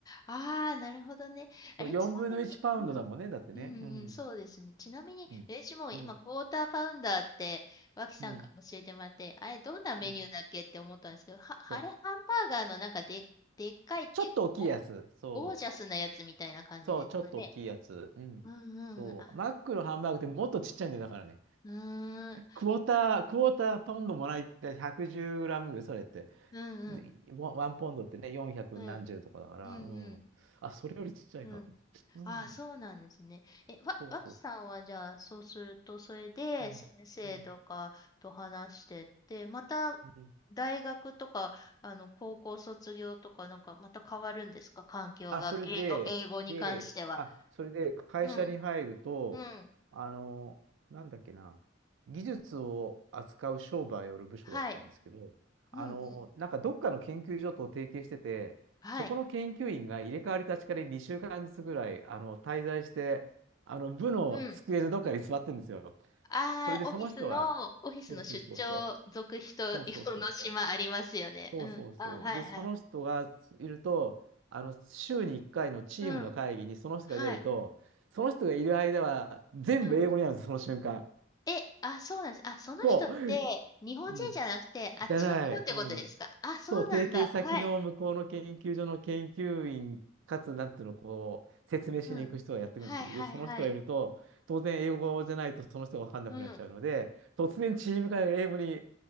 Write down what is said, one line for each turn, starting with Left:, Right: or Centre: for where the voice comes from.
Left: ああ、なるほどね。あれ、
Right: そう、4分の1パウンドだもんね、
Left: ちなみに、うん。
Right: だってね。
Left: うん、
Right: うん、
Left: うんそうですね。ちなみに、
Right: うん、
Left: 私も今、
Right: うん、
Left: クォーターパウンダーって、脇さんから教えてもらって、
Right: うん、
Left: あれ、どんなメニューだっけって思ったんですけど、
Right: うん。
Left: は、
Right: そう、
Left: あれ、ハンバーガーのなんかで、でっかいっていう、
Right: ちょっと大きいやつ。そ
Left: ゴゴージャスなやつみたいな感じですかね。
Right: う、そう、ちょっと大きいやつ。うん。
Left: うんうん。
Right: そう、
Left: あ、
Right: マックのハンバーグってもっとちっちゃいんだよ、だからね。
Left: うーん。
Right: クォーター、クォーターパウンドもらいって110グラムぐらい、それって。
Left: うんうん。
Right: でワンワンポンドってね、400何十とかだから、
Left: うん。うんうん。
Right: うん。あ、それよりちっちゃいなと思って。
Left: うん。
Right: うん、
Left: ああ、そうなんですね。え、わ、
Right: そうそう。
Left: わきさんはじゃあ、そうすると、それで先生とかと話してって、
Right: うん、うん、
Left: また
Right: うん。
Left: 大学とか、あの、高校卒業とか、なんかまた変わるんですか環境が、
Right: あ、それで、
Left: 英語、英語に関しては。
Right: で、あ、それで会社に入ると、
Left: うん、うん、
Right: あの、なんだっけな、技術を扱う商売をやる部署だったんですけど、
Left: はい、
Right: あの、
Left: うん、うん、
Right: なんかどっかの研究所と提携してて、
Left: はい、
Right: そこの研究員が入れ替わり立ち替わり2週間ずつぐらい、あの、滞在して、あの、部の机のどっかに座ってるんですよ。
Left: うん。ああ、
Right: それでその人が、
Left: オフィスの、オフィスの出張続人用の島ありますよね。
Right: そうそうそうそう、そうそうそうそう。そうそうそう。
Left: うん、あ、はい、
Right: で、その人がいると、
Left: はい。
Right: あの、週に1回のチームの会議にその人が出ると、
Left: うん、はい、
Right: その人がいる間は全部英語になるんです、
Left: うん。
Right: その瞬間。
Left: え、あ、そうなんです。あ、その人って、
Right: そう。
Left: 日本人じゃなくて、
Right: うん。
Left: あっちの人ってことですかあ、
Right: じゃない。うん。
Left: そうなんだ。
Right: そう、提携先の向こうの研究所の研究員、
Left: はい。
Right: かつ、なんていうの、こう、説明しに行く人がやってくるんですけど、
Left: うん。はい、はい、
Right: で、その人がいると、
Left: はい。
Right: 当然英語じゃないとその人が分かんなくなっちゃうので、
Left: うん。
Right: 突然チーム会が英語に